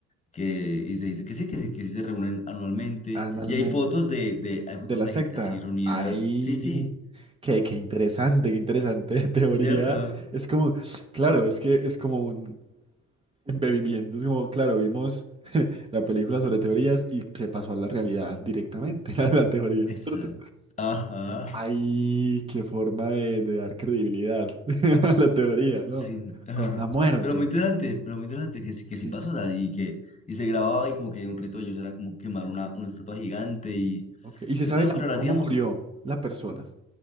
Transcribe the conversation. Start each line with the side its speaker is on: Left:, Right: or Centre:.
Left: que, y se dice que sí, que sí, que sí se reúnen anualmente.
Right: analmente
Left: Y hay fotos de, de, hay fotos
Right: de la
Left: de
Right: secta.
Left: gente así reunida.
Right: Ay,
Left: Sí, sí,
Right: qué, qué interesante,
Left: es
Right: qué interesante <laughs> teoría.
Left: cierto.
Right: Es como, claro, es que es como un embebimiento. Es como, claro, vimos <laughs> la película sobre teorías y se pasó a la realidad directamente, <laughs> a la teoría,
Left: Exacto.
Right: ¿cierto?
Left: Ajá, ajá,
Right: Ay, qué forma de, de dar credibilidad <laughs> a la teoría, ¿no?
Left: sí, ajá.
Right: Con la muerte.
Left: Pero muy interesante, pero muy interesante que sí, que sí
Right: Sí.
Left: pasó, o sea, y que y se grababa y como que un rito de ellos era como quemar una, una estatua gigante
Right: sí,
Left: y,
Right: Ok. ¿Y se
Left: y
Right: sabe
Left: cosas
Right: la-
Left: muy raras,
Right: cómo
Left: digamos,
Right: murió la persona,